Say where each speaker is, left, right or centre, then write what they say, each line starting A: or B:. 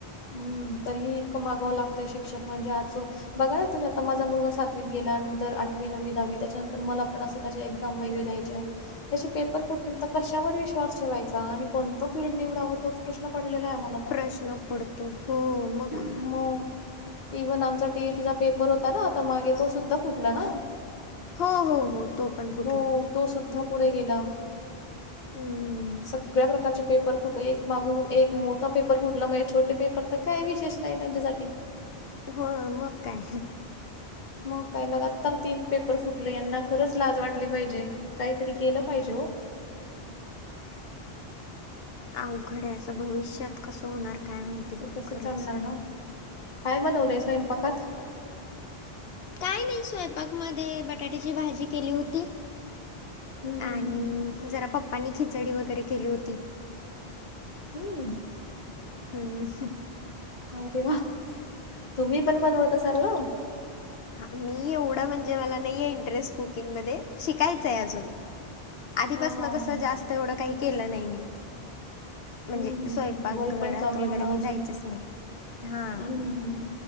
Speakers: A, on the left; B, on the left.
A: हम्म तरीही इतकं मागावं लागतंय शिक्षक म्हणजे आज बघा ना तुम्ही आता माझ मुलगा सातवीत गेला नंतर आठवी नववी दहावी त्याच्यानंतर मला पण अस त्याच्या एक्झाम वगैरे द्यायचे तसे पेपर फुटतील तर कशावर विश्वास ठेवायचा आणि कोणतं फील्ड निवडावं तोच प्रश्न पडलेला आहे मला
B: प्रश्न पडतो हो मग
A: मग इव्हन आमचा टीईटीचा पेपर होता ना आता मागे तो सुद्धा फुटला ना
B: हो हो हो तो पण फुटला
A: हो तो सुद्धा पुढे गेला
B: हम्म
A: सगळ्या प्रकारचे पेपर फुटले एक मागून एक मोठा पेपर फुटला म्हणजे छोटे पेपर तर काय विशेष नाही त्यांच्यासाठी
B: हो मग काय
A: मग काही लगातार तीन पेपर फुटले यांना खरंच लाज वाटली पाहिजे काहीतरी केलं पाहिजे हो
B: अवघड आहे असं भविष्यात कसं होणार काय माहितीय
A: असं कसं
B: खरंच
A: चालणार ना काय बनवलय स्वयंपाकात
B: काय नाही स्वयंपाक मध्ये बटाट्याची भाजी केली होती
A: हम्म हम्म
B: आणि जरा पप्पांनी खिचडी वगैरे केली होती.
A: हम्म
B: हम हु
A: अरे वा तुम्ही पण बनवत असाल ना.
B: मी एवढं म्हणजे मला नाही इंटरेस्ट कुकिंग मध्ये शिकायचंय अजून आधीपासून
A: हा हा
B: कसं
A: हा
B: जास्त एवढं काही केलं नाही मी म्हणजे,
A: हम्म हम्म
B: स्वयंपाक
A: वय
B: घरात
A: पण कमी
B: वगैरे
A: म्हणा
B: मी
A: अजून
B: जायचेच नाही. हा.
A: हम्म हम्म हम्म